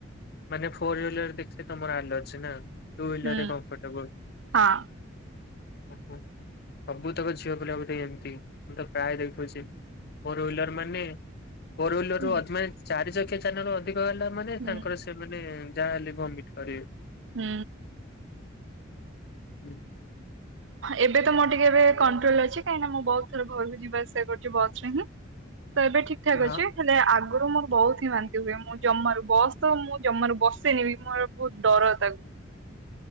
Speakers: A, on the left; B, on the right.
A: ମାନେ ଫୋର ହିଲର ଦେଖିଲେ ତମର ଆଲର୍ଜି ନା? ଟୁ ହ୍ୱିଲର
B: ହୁଁ
A: ରେ କମ୍ଫର୍ଟେବଲ।
B: ହଁ
A: ଓହୋ ସବୁ ତକ ଝିଅ ପିଲା ବୋଧେ ଏମତି, ମୁଁ ତ ପ୍ରାୟ ଦେଖୁଚି। ଫୋର ହ୍ୱିଲର ମାନେ ଫୋର ହ୍ୱିଲର
B: ହୁଁ
A: ରୁ ଅଧି ମାନେ ଚାରି ଚକିଆ ଯାନ ରୁ ଅଧିକ ହେଲା ମାନେ
B: ହୁଁ।
A: ତାଙ୍କର ଏ ଯାହାହଲେ ଭମିଟ କରିବେ।
B: ହୁଁ।
A: ହୁଁ।
B: ଏବେ ତ ମଁ ଟିକେ ଏବେ କନ୍ ଭଲ ଅଛି କାହିଁକିନା ମୁଁ ବହୁତ ଥର ଘରକୁ ଯିବା ଆସିବା କରିଛି ବସ୍ ରେ ହିଁ। ତ ଏବେ ଠିକ ଠାକ
A: ହଁ।
B: ଅଛି ହେଲେ ଆଗ ଆଗରୁ ମୋର ବହୁତ ହିଁ ବାନ୍ତି ହୁଏ ମୁଁ ଜମାରୁ ବସ୍ ତ ମୁଁ ଜମାରୁ ବସେନି ବି ମୋର ବହୁତ ଡର ତାକୁ। <inaudible>